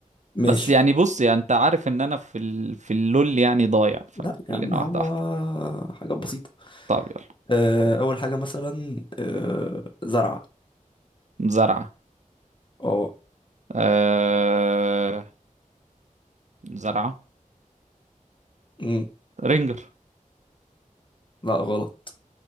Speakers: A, on the left; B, on the right.
A: ماشي
B: بس يعني بص يعني انت عارف ان انا في ال... في اللول يعني ضايع فخلينا
A: لا يا عم هو
B: واحده واحده
A: حاجات بسيطه
B: طب يلا
A: آه، اول حاجه مثلا آه، زرعه
B: زرعه
A: اه
B: آه... زرعه
A: أمم،
B: رينجر
A: لا غلط